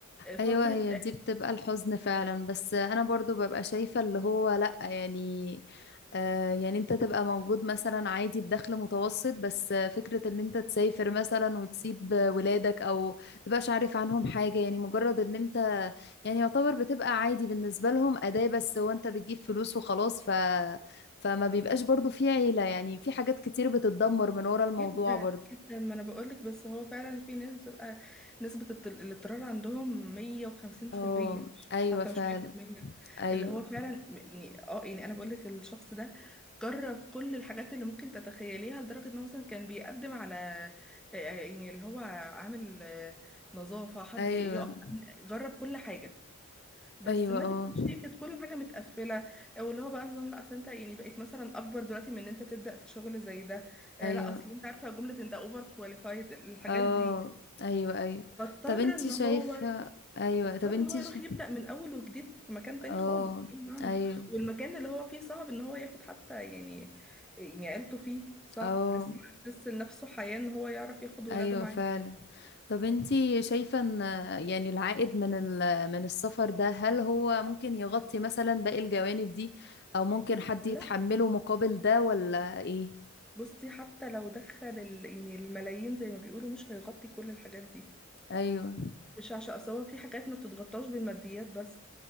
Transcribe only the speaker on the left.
ايوه
هي دي بتبقى الحزن فعلا بس انا برضو ببقى شايفة اللي هو لا يعني آه يعني انت تبقى موجود مثلا عادي بدخل متوسط بس فكرة ان انت تسافر مثلا وتسيب ولادك او تبقاش عارف عنهم حاجة يعني مجرد ان انت يعني يعتبر بتبقى عادي بالنسبة لهم أداة بس هو انت بتجيب فلوس وخلاص ف فما بيبقاش برضو في عيلة يعني في حاجات كتير بتتدمر من ورا الموضوع
برضو
اه
ايوه
فعلا
ايوه
ايوه
ايوه
اه
ايوه
اه
ايوه ايوه
طب انتي
شايفة
ايوه
طب انتي
شا...
اه
ايوه
اه
ايوه
فعلا طب انتي شايفة ان يعني العائد من ال... من السفر ده هل هو ممكن يغطي مثلا باقي الجوانب دي او ممكن حد يتحمله
مقابل ده ولا ايه
ايوه